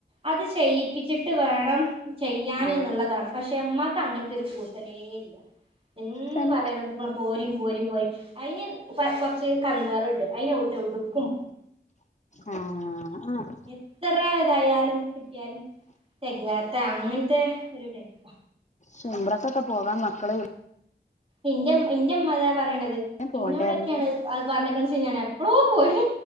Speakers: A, on the right; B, on the left.
A: അത് ചെയ്യിപ്പിച്ചിട്ട് വേണം ചെയ്യാന്
B: ആഹ്
A: എന്നുള്ളതാണ് പക്ഷെ ഉമ്മക്ക് അങ്ങനത്തെ ഒരു കൂസാലേ ഇല്ല എന്ന്
B: തൻ
A: പറയാനടുപ്പളും പോരിം പോരിം പോയ് അയിന് പ കുറച്ച് കന്നുകളുണ്ട് അയിന് ഊട്ടും ടുക്കും
B: ആഹ് ആഹ്
A: എത്ര ഇതായാലും കിട്ടിയാലും തെകാത്ത അങ്ങനത്തെ ഒരു ടൈപ്പ
B: ചുമമ്പ്രക്കൊക്കെ പോകാ മക്കളെ വിളി
A: എന്റെ എന്റെമ്മതാ പറയണത് ഇന്നോടൊക്കെയാണ്
B: പോണ്ടേ പറയും
A: അത് പറഞ്ഞക്കന് ശനിഞാൻ എപ്പോളോ പോയി